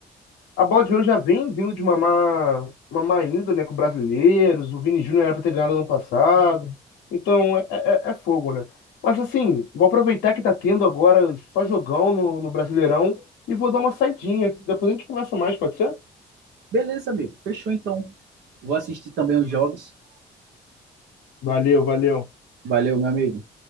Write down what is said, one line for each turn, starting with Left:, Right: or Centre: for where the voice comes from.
Left: a Bola de Ouro já vem vindo de uma má, uma má índole, né, com brasileiros. O Vini Júnior era para ter ganhado ano passado. Então, é, é- é é fogo, né? Mas assim, vou aproveitar que tá tendo agora só jogão no, no Brasileirão e vou dar uma saidinha. Depois a gente conversa mais, pode ser?
Right: Beleza, amigo. Fechou, então. Vou assistir também os jogos.
Left: Valeu, valeu.
Right: Valeu, meu amigo.